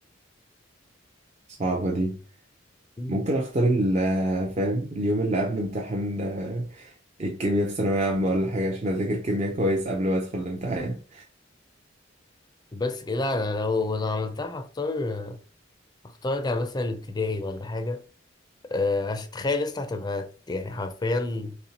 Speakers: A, on the right; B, on the left.
A: صعبة دي
B: مم.
A: ممكن اختار ال- آه، فاهم اليوم اللي قبل امتحان آه، الكيمياء في ثانوية عامة ولا حاجة عشان اذاكر كيمياء كويس قبل ما ادخل الامتحان
B: بس كده انا لو لو عملتها هختار هختار ارجع مثلا ابتدائي ولا حاجة آه، عشان تخيل لسه هتبقى يعني حرفيا